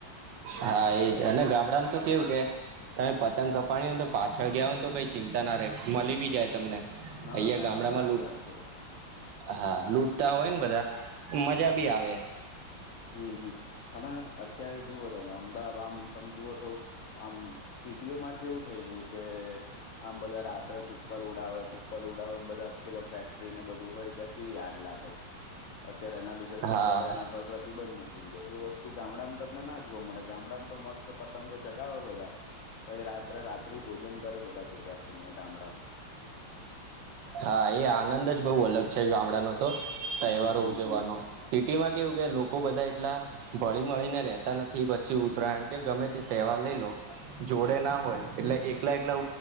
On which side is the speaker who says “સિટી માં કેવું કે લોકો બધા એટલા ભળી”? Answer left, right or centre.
Right